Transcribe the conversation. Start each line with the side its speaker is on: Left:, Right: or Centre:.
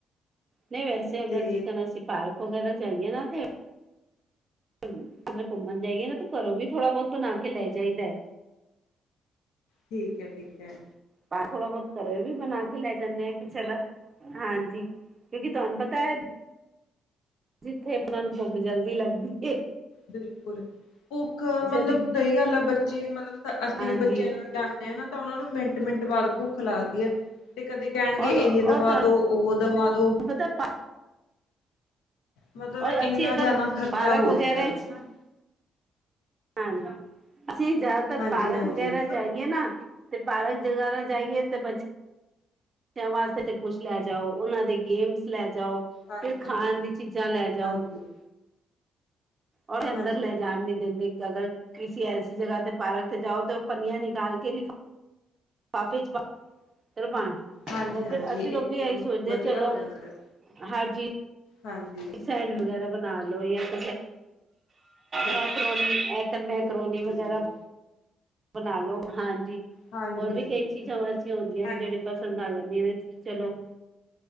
Right: ਨਹੀਂ ਵੈਸੇ ਅਗਰ
Left: ਤੇ
Right: ਜੇਕਨ ਅਸੀਂ ਪਾਰਕ ਵਗੈਰਾ ਜਾਈਏ ਨਾ ਤੇ ਜਰ ਘੁੰਮਣ ਜਾਈਏ ਨਾ, ਤਾਂ ਘਰੋਂ ਵੀ ਥੋੜਾ ਬਹੁਤ ਬਣਾ ਕੇ ਲੈ ਜਾਈਦੈ।
Left: ਠੀਕ ਐ, ਠੀਕ ਐ।
Right: ਬਾਹਰ ਥੋੜਾ-ਬਹੁਤ, ਘਰੋ ਵੀ ਬਣਾ ਕੇ ਲੈਕੇ ਜਾਂਦੇ ਹਾਂ ਕਿ ਚਲਾ, ਹਾਂਜੀ, ਕਿਉਂਕਿ ਤੁਹਾਨੂੰ ਪਤਾ ਏ ਜਿੱਥੇ ਅਪਨਾਂ ਨੂੰ ਭੁੱਖ ਜਲਦੀ ਲੱਗਦੀ ਏ।
Left: ਬਿਲਕੁਲ। ਭੁੱਖ ਮਤਲਬ
Right: ਦੀ
Left: ਸਹੀ ਗੱਲ ਆ, ਬੱਚੇ ਮਤਲਬ ਅਸੀਂ
Right: ਹਾਂਜੀ
Left: ਵੀ ਬੱਚਿਆਂ ਨੇ ਜਾਂਦੇ ਆ ਨਾ, ਤਾਂ ਉਹਨਾਂ ਨੂੰ ਮਿੰਟ-ਮਿੰਟ ਬਾਅਦ ਭੁੱਖ ਲੱਗਦੀ ਆ, ਤੇ ਕਦੇ ਕਹਿਣਗੇ
Right: ਔਰ
Left: ਇਹ ਦਵਾ
Right: ਔਰ ਤੁਹਾਨੂੰ
Left: ਦੋ ਉਹ ਦਵਾਦੋ
Right: ਪਤਾ ਪਾ
Left: ਮਤਲਬ
Right: ਔਰ
Left: ਇੰਨਾ
Right: ਅਸੀ, ਅਗਰ
Left: ਜ਼ਿਆਦਾ ਖ਼ਰਚਾ
Right: ਪਾਰਕ
Left: ਹੋ
Right: ਵਗੈਰਾ'ਚ
Left: ਜਾਂਦਾ ਦੇਖੋ
Right: ਹਾਂਜੀ, ਅਸੀਂ ਜਿਆਦਾਤਰ
Left: ਹਾਂਜੀ
Right: ਪਾਰਕ
Left: ਹਾਂਜੀ
Right: ਵਗੈਰਾ ਜਾਈ ਏ ਨਾ, ਤੇ ਪਾਰਕ ਦੇ ਬਾਹਰੋ ਜਾਈਏ ਤੇ ਬੱਚੇ ਬੱਚਿਆਂ ਵਾਸਤੇ ਤੇ ਕੁਛ ਲੈ ਜਾਓ, ਉਹਨਾਂ ਦੇ ਗੇਮਸ ਲੈ ਜਾਓ।
Left: ਹਾਂਜੀ
Right: ਤੇ,
Left: ਹਾਂਜੀ
Right: ਖਾਣ ਦੀ ਚੀਜ਼ਾਂ ਲੈ ਜਾਓ।
Left: ਹਾਂਜੀ
Right: ਔਰ ਅੰਦਰ
Left: ਹਾਂਜੀ
Right: ਲੈ ਜਾਣ ਨੀ ਦਿੰਦੇ, ਅਗਰ ਕਿਸ ਐਸੀ ਜਗ੍ਹਾ ਤੇ ਪਾਰਕ ਤੇ ਜਾਓ, ਤੇ ਉਹ ਪੰਨੀਆਂ ਨਿਕਾਲਕੇ ਲੀ ਫਾਫੇ 'ਚ ਪਾ, ਕਦੋ ਪਾਣੈ
Left: ਹਾਂਜੀ
Right: ਉਹ ਫਿਰ,
Left: ਹਾਂਜੀ
Right: ਅਸੀਂ
Left: ਇਹ
Right: ਲੋਕ ਵੀ ਇਹੀ
Left: ਚਲੋ
Right: ਸੋਚਦੇ
Left: ਵਧੀਆ
Right: ਹਾਂ ਚਲੋ,
Left: ਹੋ ਜਾਂਦਾ
Right: ਹਰ ਚੀਜ਼
Left: ਹਾਂਜੀ।
Right: ਸਟੈਂਡ ਵਗੈਰਾ ਬਣਾਲੋ ਯਾ <inaudible>
Left: ਬਿਲਕੁਲ
Right: ਮੈਕਰੋਨੀ, <inaudible> ਮੈਕਰੋਨੀ
Left: ਬਿਲਕੁਲ
Right: ਵਗੈਰਾ
Left: ਬਿਲਕੁਲ
Right: ਬਣਾਲੋ, ਹਾਂਜੀ।
Left: ਹਾਂਜੀ
Right: ਹੋਰ
Left: ਹਾਂਜੀ
Right: ਵੀ ਕਈ ਚੀਜ਼ਾਂ ਐਸੀਆਂ ਹੁੰਦੀਆਂ
Left: ਹਾਂਜੀ
Right: ਨੇ, ਜਿਹੜੀਆਂ ਪਸੰਦ ਆ ਜਾਂਦੀਆਂ ਨੇ ਚਲੋ